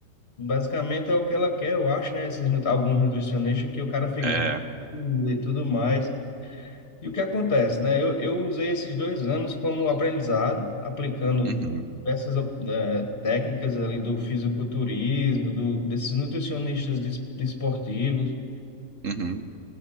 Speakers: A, on the left; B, on the right.
A: basicamente é o que ela quer, eu acho, né? Esses, nu- alguns nutricionistas que o cara fica
B: é,
A: "Hum", e tudo mais. E o que acontece, né? Eu, eu usei esses dois anos como aprendizado, aplicando
B: uhum,
A: essas eh, técnicas ali do fisiculturismo, do, desses nutricionistas des- desportivos.
B: uhum,